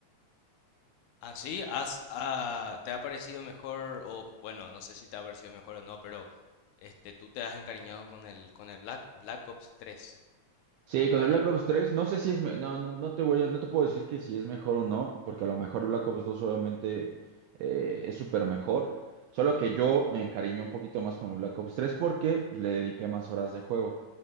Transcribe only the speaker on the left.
¿Así? ¿Has, ah, te ha parecido mejor? O bueno, no sé si te ha parecido mejor o no, pero este, tú te has encariñado con el, con el Black, Black Ops tres.
Vaya.